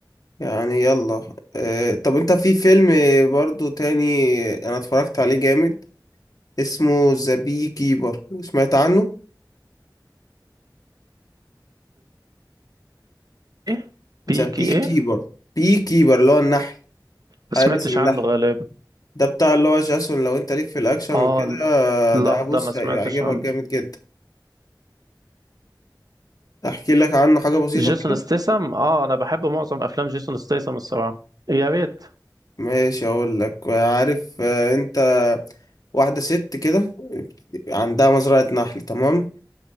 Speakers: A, on the left; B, on the right.
A: يعني يلا اه طب أنت في فيلم برضو تاني أنا اتفرجت عليه جامد اسمه ذا بي كيبر سمعت عنه
B: ايه بيكي
A: ذا بي
B: ايه
A: كيبر بي كيبر اللي هو النحل
B: ما
A: حارس
B: سمعتش
A: النحل
B: عنه غالبا
A: ده بتاع اللي هو جاسون لو انت ليك في الاكشن وكده
B: اه ل-
A: ده
B: لا
A: بص
B: ده ما
A: هيعجبك
B: سمعتش عنه
A: جامد جدا احكي لك عنه حاجة بسيطة
B: جيسون
A: كده
B: ستيسم اه انا بحب معظم افلام جيسون ستيسم الصراحه يا ريت
A: ماشي اقول لك عارف آه، انت واحدة ست كده عندها مزرعة نحل تمام